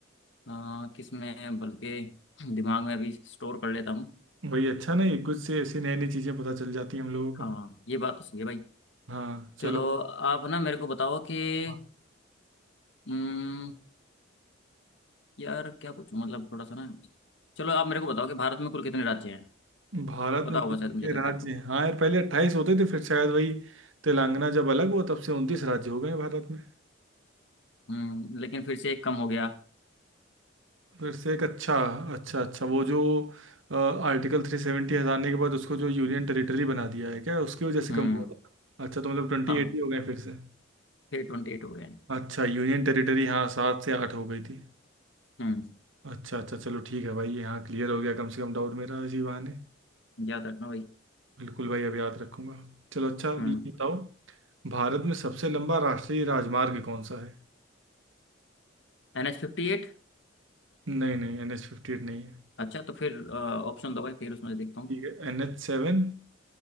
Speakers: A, on the left; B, on the right.
A: आ, किस में बल्कि दिमाग में अभी स्टोर कर लेता हूँ
B: भाई अच्छा नहीं कुछ से ऐसी नई नई चीजें पता चल जाती हैं हम लोगों
A: हाँ
B: को
A: ये बात तो सही है भाई
B: हाँ चलो
A: चलो आप ना मेरे को बताओ कि
B: हाँ,
A: हम्म, यार क्या पूछूं मतलब थोड़ा सा ना चलो आप मेरे को बताओ कि भारत में कुल कितने राज्य हैं
B: भारत
A: पता
B: में
A: होगा
B: कुल
A: शायद
B: कितने
A: मुझे लग
B: राज्य
A: रहा है आपको
B: हैं हाँ यार पहले अट्ठाईस होते थे फिर शायद वही तेलंगाना जब अलग हुआ तब से उनतीस राज्य हो गए हैं भारत में
A: हम्म लेकिन फिर से एक कम हो गया
B: फिर से एक अच्छा अच्छा अच्छा वो जो आर्टिकल थ्री सेवेंटी हटाने के बाद उसको जो यूनियन टेरिटरी बना दिया है क्या उसकी वजह से
A: हम्म
B: कम हुआ था अच्छा तो मतलब ट्वेंटी
A: हाँ
B: एटी हो गए फिर से
A: फिर ट्वेंटी एट हो गए हैं।
B: अच्छा यूनियन टेरिटरी हाँ सात से आठ हो गई थी
A: हम्म
B: अच्छा अच्छा चलो ठीक है भाई ये हाँ क्लियर हो गया कम से कम डाउट मेरा इसी बहाने
A: याद रखना भाई
B: बिल्कुल भाई अब याद रखूंगा चलो अच्छा अब
A: हम्म
B: ये बताओ भारत में सबसे लंबा राष्ट्रीय राजमार्ग कौन सा है
A: एन एच फिफ्टी एट
B: नहीं नहीं एन एच फिफ्टी एट नहीं है
A: अच्छा तो फिर ऑप्शन दो भाई फिर उसमें से देखता हूँ
B: ठीक है एन एच सेवन